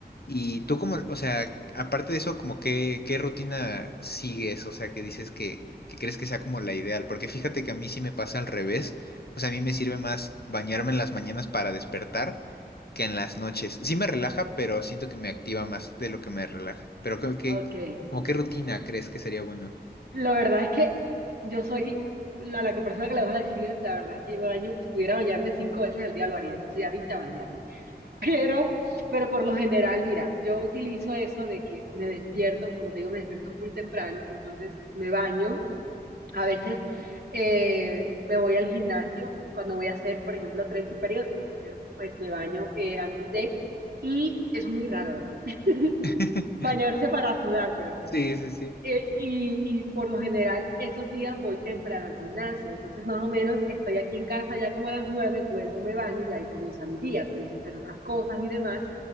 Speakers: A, on the left; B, on the right.
A: Y tú como, o sea, aparte de eso, como qué, qué rutina sigues, o sea, que dices que, que crees que sea como la ideal, porque fíjate que a mí sí me pasa al revés, o sea, a mí me sirve más bañarme en las mañanas para despertar que en las noches. Sí me relaja, pero siento que me activa más de lo que me relaja. Pero creo que,
B: Ok.
A: como qué rutina crees que sería bueno.
B: La verdad es que yo soy la, la que- persona que le vas a decir, la verdad es que yo me baño, si pudiera bañarme cinco veces al día lo haría, yo soy adicta a bañarme. <laughs> Pero, pero por lo general, mira, yo utilizo eso de que me despierto, como te digo, me despierto full temprano, entonces me baño. A veces eh, me voy al gimnasio cuando voy a hacer, por ejemplo, tren superior, pero, pues me baño eh, antes de, y es muy raro, ¿no? <laughs>
A: <laughs>
B: Bañarse para sudar,
A: Sí, sí, sí.
B: eh, y, y por lo general esos días voy temprano al gimnasio, entonces más o menos estoy aquí en casa ya como a las nueve, vuelvo, me baño y ahí comienza mi día, comienzo a hacer otras cosas y demás.